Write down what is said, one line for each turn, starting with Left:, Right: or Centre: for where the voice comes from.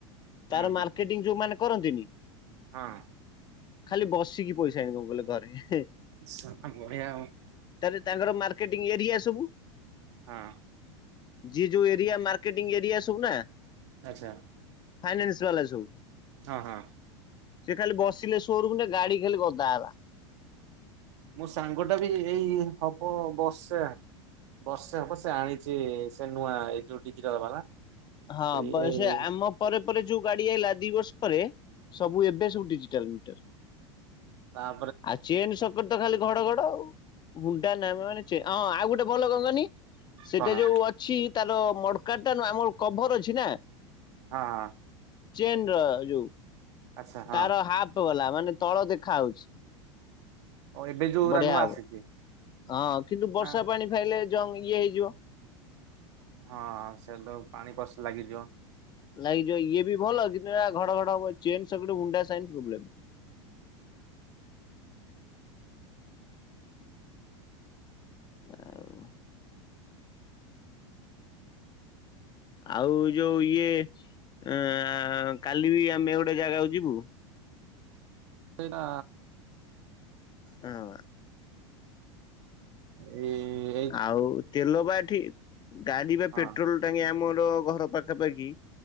Right: ହୁଁ
Left: ତାର ମାର୍କେଟିଂ ଯୋଉ ମାନ କରନ୍ତିନି?
Right: ହଁ।
Left: ଖାଲି ବସିକି ପଇସା ଇନକମ୍ କଲେ ଘରେ।
Right: ହଁ ବଢିଆ ଆଉ
Left: ତାହାଲେ ତାଙ୍କର ମାର୍କେଟିଂ ଏରିଆ ବୁ,
Right: ହଁ
Left: ଯିଏ ଯୋଉ ଏରିଆ ମାର୍କେଟିଂ ଏରିଆ ସବୁ ନା।
Right: ଆଚ୍ଛା।
Left: ଫାଇନାନ୍ସ ବାଲା ସବୁ।
Right: ହଁ ହଁ।
Left: ସିଏ ଖାଲି ବସିନେ ଶୋରୁମ୍ ରେ ଗାଡ଼ି ଖାଲି ଗଦା ହେଲା।
Right: ମୋ ସାଙ୍ଗଟା ବି ହେଇ ହବ ବସେ। ବର୍ଷେ ହବ ସେ ଆଣିଛି ସେ ନୂଆ ଏଇ ଯୋଉ ଡିଜିଟାଲ ବାଲା।
Left: ହଁ,
Right: ସେଇ
Left: ବ
Right: ଏଇ
Left: ଆମ ପରେ ପରେ ଯୋଉ ଗାଡ଼ି ଆଇଲା ଦି ବର୍ଷ ପରେ, ସବୁ ଏବେ ସବୁ ଡିଜି ଟାଲ ମିଟର।
Right: ପା
Left: ଆଉ ଚେନ ସକଟ ତ ଖାଲି ଘଡ଼ଘଡ଼ ଆଉ। ହୁଣ୍ଡା ନା ମାନେ ଚେ ହଁ ଆଉ ଗୋଟେ ବଲ କଣ କହନି, ସେଟା
Right: କଣ
Left: ଯୋଉ ଅ ଛି ତାର ମର୍ଡକାର୍ଡ ଟା ନୁହଁ ଆମର କଭର ଅଛି ନା।
Right: ହଁ।
Left: ଚେନ ର ଯୋଉ।
Right: ଆଚ୍ଛା ହଁ
Left: ତାର ହାପ ବାଲା ମାନେ ତଳ ଦେଖା ହଉଛି।
Right: ଓ ଏବେ ଯୋଉଗୁରା
Left: ବଢ଼ିଆ
Right: ନୂଆ
Left: ହବ,
Right: ଆସିଛି
Left: ହଁ କିନ୍ତୁ ବର୍ଷା
Right: ନା
Left: ପାଣି ଖାଇଲେ ଜଙ୍ଗ ଇଏ ହେଇଯିବ।
Right: ହଁ, ସେତ ପାଣି ପସ ଲାଗିଯିବ।
Left: ଲାଗିଯିବ ଇଏ ବି ଭଲ, କିନ୍ତୁ ୟା ଘଡ଼ଘଡ଼ ହବ, ଚେନ୍ ସକେଟ୍ ହୁଣ୍ଡା ସାଇନ୍ ପ୍ରବ୍ଲେମ୍। ଆଉ। ଆଉ ଯୋଉ ଇଏ ଏଁ କାଲି ବି ଆମେ ଗୋଟେ ଜଗାକୁ ଯିବୁ।
Right: ସେଇଟା
Left: ହଁ।
Right: ଏ
Left: ଆଉ ତେଲ ବା ଏଠି, ଗାଡ଼ି ବା
Right: ହଁ
Left: ପେଟ୍ରୋଲ ଟାଙ୍କି ଆମର ଘର ପାଖାପାଖି